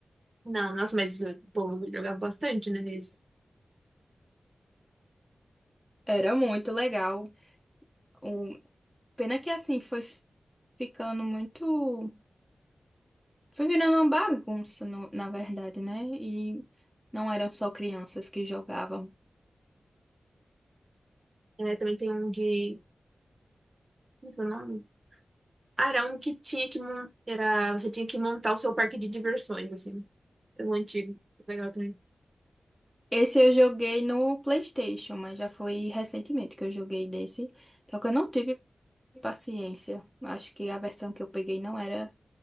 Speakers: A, on the right (about 35°); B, in the centre.
A: Não, nossa, mas o povo jogava bastante, né? Esse.
B: Era muito legal. O... Pena que assim foi ficando muito. Foi virando uma bagunça, no- na verdade, né? E não eram só crianças que jogavam.
A: É, também tem um de. Como que é o nome? Ah, era um que tinha que montar. Era, você tinha que montar o seu parque de diversões, assim. É um antigo. Legal também.
B: Esse eu joguei no PlayStation, mas já foi recentemente que eu joguei desse. Só que eu não tive paciência. Acho que a versão que eu peguei não era,